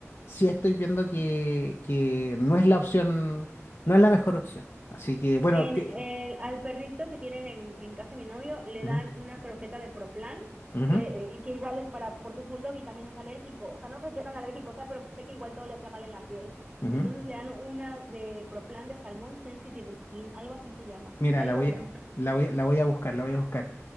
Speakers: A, on the left; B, on the right.
A: sí estoy viendo que, que no es la opción, no es la mejor opción. Así que bueno,
B: En
A: te...
B: el, al perrito que tienen en, en casa de mi novio le
A: ujú,
B: dan una croqueta de Proplan,
A: ujú,
B: que, eh, que igual es para, porque es bulldog y también es alérgico. O sea, no sé qué tan alérgico sea, pero sé que igual todo le hacía mal en la piel.
A: ujú.
B: Entonces le dan una de Proplan de Salmón Sensitive Skin, algo así se llama.
A: Mira,
B: Le ha
A: la
B: ido
A: voy
B: bien.
A: a, la voy a, la voy a buscar, la voy a buscar.